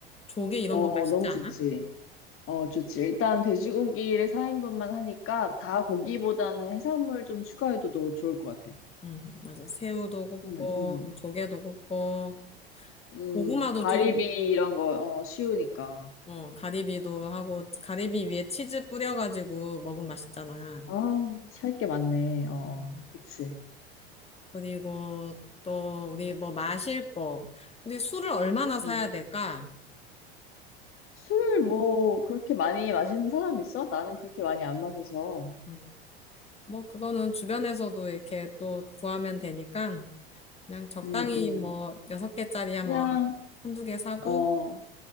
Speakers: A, on the left; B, on the left.
A: 조개 이런
B: 어,
A: 거 맛있지
B: 너무
A: 않아?
B: 좋지. 어, 좋지. 일단 돼지고기를 4인분만 하니까 다 고기보다는 해산물 좀 추가해도 너 좋을 것 같아.
A: 응, 맞아. 새우도 굽고,
B: 응, 응,
A: 뭐 조개도 굽고,
B: 응.
A: 고구마도
B: 가리비
A: 좀,
B: 이런 거, 어, 쉬우니까.
A: 어, 가리비도 하고, 가리비 위에 치즈 뿌려가지고 먹으면 맛있잖아.
B: 아, 살 게 많네. 어, 어,
A: 음.
B: 그치.
A: 그리고 또 우리 뭐 마실 거, 우리 술을 얼마나 사야
B: 음.
A: 될까?
B: 술 뭐, 그렇게 많이 마시는 사람 있어? 나는 그렇게 많이 안 마셔서.
A: 음, 뭐 그거는 주변에서도 이렇게 또 구하면 되니까 그냥 적당히
B: 음, 음.
A: 뭐 여섯 개짜리 한뭐
B: 그냥,
A: 한두 개 사고,
B: 어,